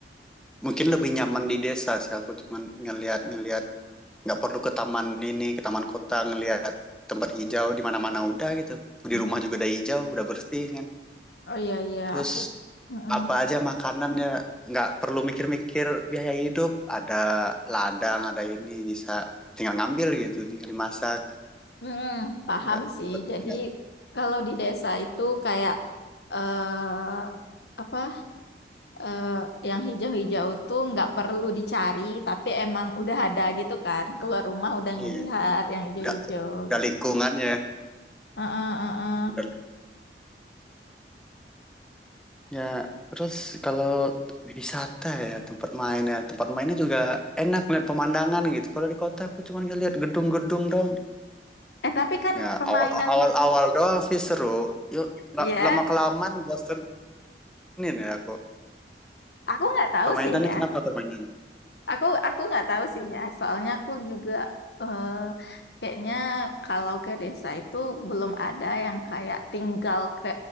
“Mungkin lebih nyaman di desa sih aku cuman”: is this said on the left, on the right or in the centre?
Centre